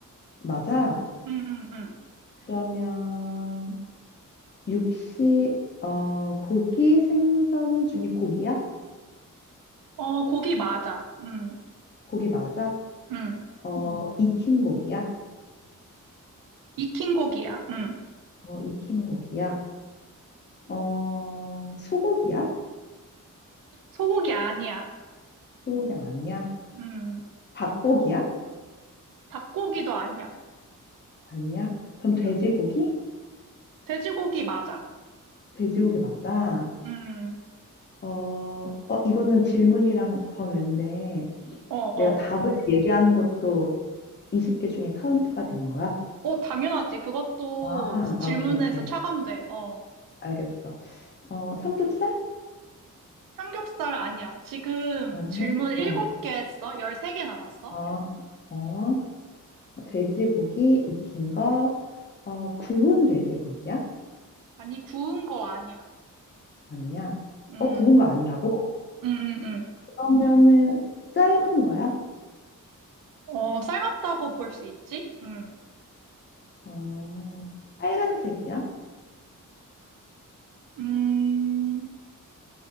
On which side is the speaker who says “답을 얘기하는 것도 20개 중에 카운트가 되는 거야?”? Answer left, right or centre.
Left